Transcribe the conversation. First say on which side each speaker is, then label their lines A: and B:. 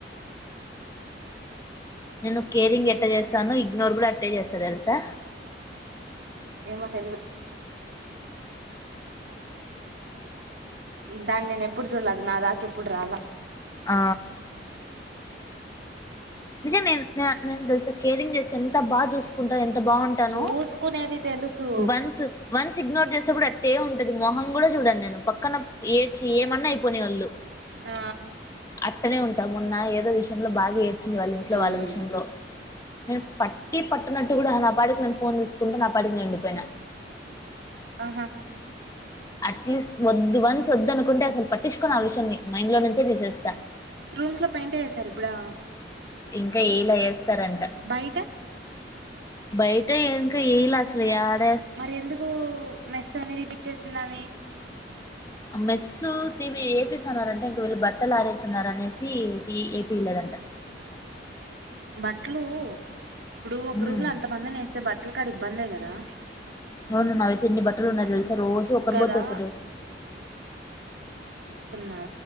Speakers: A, on the left (about 20°); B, on the right (about 70°).
A: నిన్ను కేరింగ్ ఎట్ట చేస్తానో, ఇగ్నోర్ కూడా అట్టే చేస్తా, తెలుసా?
B: ఏమో, తెలీదు. దాన్ని నేను ఎప్పుడూ చూడల. అది నా దాకా ఎప్పుడూ రాల.
A: ఆ నిజం, నేన్ నేన్ అట్ల. నేను తెలుసా, కేరింగ్ జేస్తే ఎంత బాగ్ జూస్ చసుకుంటా అంత బాగుంటాను
B: చూసుకునేది తెలుసు
A: వన్స్ వన్స్ ఇగ్నోర్ చేసే కూడా అట్టే ఉంటది మొహం కూడా చూడంను నేను పక్కన ఏడ్చి ఏమన్నా అయిపోనేవాళ్ళు
B: ఆ
A: అట్టనే ఉంటాముొన్న ఏదో విషయంలో బాగా వచ్చింది వాళ్ళ ఇంట్లో
B: ఉమ్
A: వాళ్ళ విషయంలో నేను పట్టి పట్నట్టు కూడా నా పాడికి నేను ఫోన్ చేసుకుంటా నా పాడికి నేను నిండిపోయినా
B: ఆహా
A: అట్లీస్ట్ వద్దు వన్స్ వద్దు అనుకుంటే అసలు పట్టించుకోని ఆ విషయాన్ని మైండ్ లో నుంచే తీసేస్తా
B: రూమ్స్ లో పెయింట్ అయ్యసారు ఇప్పుడు
A: ఇంకా ఏలాేస్త స్తారంట
B: బయట
A: బయట ఎంకా ఎలాసలు యారు
B: మరి ఎందుకు మె నేది పిచ్చేస్తున్నామ
A: మెస్సు తీపి ఏపిస్తున్నారంట ఇంక వీళ్ళు బట్టలు ఆరేస్తున్నారుర అనేసి ఏపిలేదంట
B: బట్టలు ఇప్పుడు ఒక
A: ఉమ్
B: రూమ్ లో ఎంత మంది నేస్తే బట్టల క్కడికి బందే కదా
A: అవును నా అయితే ఇన్ని బట్టలు ఉన్నా తెలుసా రోజు ఒకరు
B: కదా
A: పోతే ఒకరు
B: న్నా